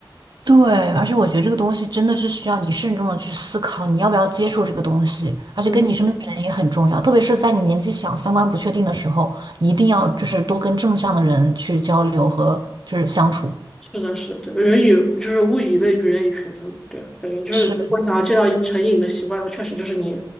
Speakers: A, on the right; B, in the centre.
A: 对，而且我觉得这个东西真的是需要你慎重的去思考，你要不要接触这个东西，而且跟你身边的人也很重要，
B: 嗯。
A: 特别是在你年纪小、三观不确定的时候，一定要就是多跟正向的人去交流和就是相处。
B: 是的，是的，对，人以就是物以类聚，人以群分，对啊，感觉就是如果想要戒掉一成瘾的习惯，
A: 是。
B: 确实就是你，